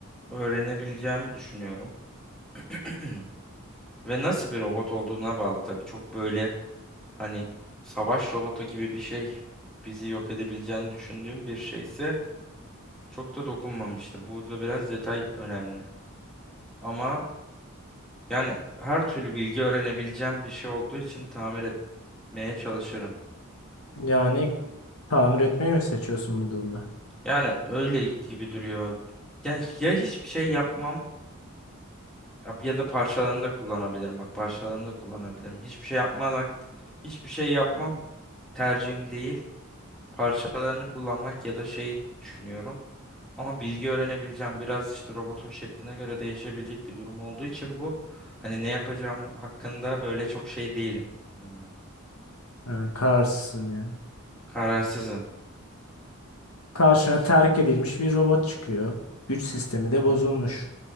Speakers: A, in the centre; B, on the left.
A: öğrenebileceğimi düşünüyorum. <clears throat> Ve nasıl bir robot olduğuna bağlı tabii. Çok böyle hani savaş robotu gibi bir şey bizi yok edebileceğini düşündüğüm bir şeyse çok da dokunmamıştı. Burada biraz detay önemli. Ama yani her türlü bilgi öğrenebileceğim bir şey olduğu için tamir etmeye çalışırım.
B: Yani tamir etmeyi mi seçiyorsun bu durumda?
A: Yani öyle gibi duruyor. Yani ya hiçbir şey yapmam yap- ya da parçalarını da kullanabilirim. Bak parçalarını da kullanabilirim. Hiçbir şey yapmamak hiçbir şey yapmam tercihim değil. parçalarını kullanmak ya da şeyi düşünüyorum. Ama bilgi öğrenebileceğim biraz işte robotun şekline göre değişebilecek bir durum olduğu için bu hani ne yapacağım hakkında böyle çok şey değilim. Hmm,
B: Yani kararsızsın yani.
A: Kararsızım.
B: Karşına
A: Hiç-
B: terk edilmiş bir robot çıkıyor. Güç sistemi de
A: Hı hı.
B: bozulmuş.